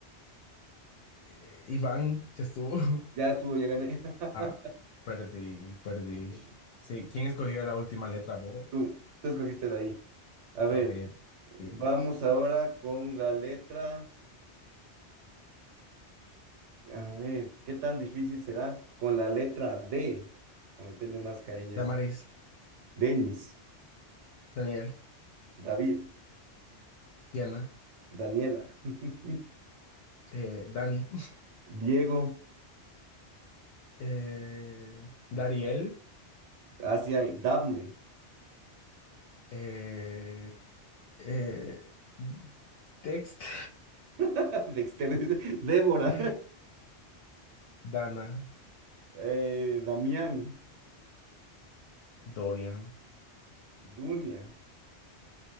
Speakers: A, on the left; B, on the right.
A: eh, Iván ya estuvo. <laughs>
B: Ya estuvo, ya gané. <laughs>
A: Ah, perdí, perdí. Sí, ¿quién escogió la última letra? Vos.
B: Tú, tú escogiste de ahí. A ver,
A: Ah, Ok,
B: vamos
A: y vos.
B: ahora con la letra. A ver, ¿qué tan difícil será? Con la letra D. A meterle más cariño.
A: Damaris,
B: a esas. Denis,
A: Daniel,
B: David,
A: Diana,
B: Daniela. <laughs>
A: eh, Dani, <laughs>
B: Diego,
A: eh, Dariel,
B: Asia, y Dafne,
A: eh, eh, Dexter,
B: <laughs> Dexter, dice, Débora,
A: <laughs> Dana,
B: <laughs> eh, Damián,
A: Dorian,
B: Dunia,